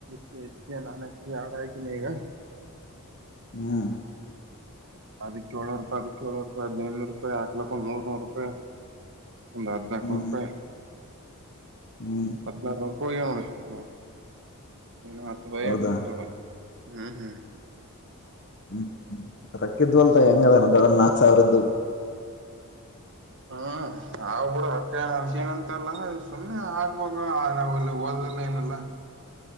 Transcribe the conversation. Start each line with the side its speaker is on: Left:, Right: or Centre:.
Right: ಹಕ್ ನಾನ್ ಹಕ್ ಎಡು ಅಕಿನ ಈಗ
Left: ಹ್ಮ್
Right: ಅದಕ್ಕೆ ಏಳು ನೂರು ರೂಪಾಯಿ ಏಳು ರೂಪಾಯಿ ಹದಿನೈನೂರು ರೂಪಾಯಿ ಹಾಕೆ ಒಂದು ನೂರು ರೂಪಾಯಿ ಒಂದುಹದಿನೈದುನೂರು
Left: ಹ್ಮ್
Right: ರೂಪಾಯಿ
Left: ಹ್ಮ್
Right: ಹದಿನೈದುನೂರು ಹೋಗುವ ನೋಡು ಏನು ಹತ್ತುುವಯ
Left: ಹೌದಾ
Right: ಅನ್ಬಿಡ್ತವೆ ಹ್ಮ್ ಹ್ಮ್
Left: ಹ್ಮ್ ಹ್ಮ್ ರಕ್ಕಿದ್ದು ಅಲ್ತ ಹೆಂಗದಾರ ದೊಡ ನಾಕ್ ಸಾವಿರದ್ದು
Right: ಹ್ಮ್ ನಾವು ಕೂಡ ರೊಕ್ಕ ಏನಂತಲ್ಲ ಸುಮ್ಮ್ನೆ ಆಗ್ವಾಗ ನಾವ್ ಇಲ್ಲಿ ಹದ ಎನ್ಯೂಲ್ಲಾ